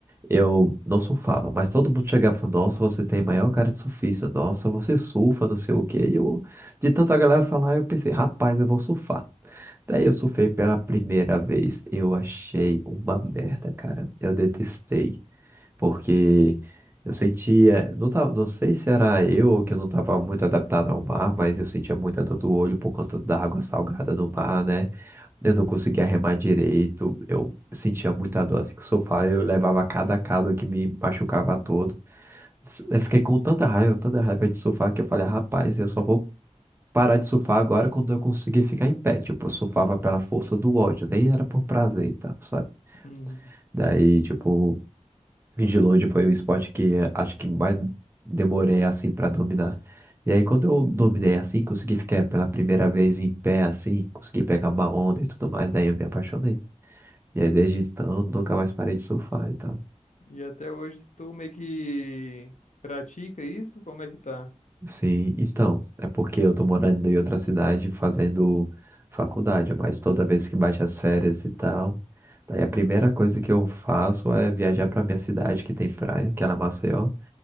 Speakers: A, on the right (about 20°); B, on the left (about 85°).
A: eu não surfava, mas todo mundo chegava e falava, nossa, você tem maior cara de surfista, nossa, você surfa, não sei o quê. E eu, de tanta galera falar, eu pensei, rapaz, eu vou surfar. Daí eu surfei pela primeira vez, eu achei uma merda, cara. Eu detestei. Porque eu sentia, não tava, não sei se era eu ou que eu não estava muito adaptado ao mar, mas eu sentia muita dor do olho por conta da água salgada no mar, né? Eu não conseguia remar direito, eu sentia muita dor assim com o sofá, eu levava cada cado que me machucava todo. S- Eu fiquei com tanta raiva, tanta raiva de surfar que eu falei, rapaz, eu só vou parar de surfar agora quando eu conseguir ficar em pé. Tipo, eu surfava pela força do ódio, nem era por prazer e tal, sabe?
B: Uhum.
A: Daí, tipo, de longe foi o esporte que eh, acho que mais demorei assim para dominar. E aí quando eu dominei assim, consegui ficar pela primeira vez em pé assim, consegui pegar uma onda e tudo mais, daí eu me apaixonei. E aí desde então nunca mais parei de surfar e tal.
B: E até hoje tu meio que pratica isso? Como é que tá?
A: Sim, então, é porque eu tô morando em outra cidade fazendo faculdade, mas toda vez que bate as férias e tal, daí a primeira coisa que eu faço é viajar pra minha cidade que tem praia, que é lá em Maceió.